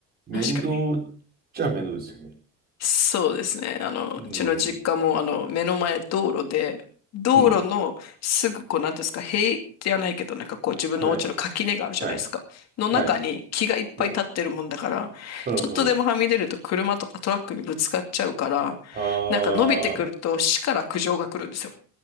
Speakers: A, on the right (about 30°); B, on the left (about 50°).
A: 面倒っちゃ面倒ですよね。
B: 確かに。そうですね。あの、
A: うん。
B: うちの実家も、あの、目の前道路で、道路のすぐ、
A: うん。
B: こう、なんていうんですか、塀じゃないけど、なんかこう、自分のお家の垣根があるじゃないですか。
A: はい。はい。
B: の中に木がいっぱい立ってるもんだから、
A: はい。うん。うん。
B: ちょっとでもはみ出ると車とかトラックにぶつかっちゃうから、
A: うん。ああ、
B: なんか伸びてくると死から苦情が来るんですよ。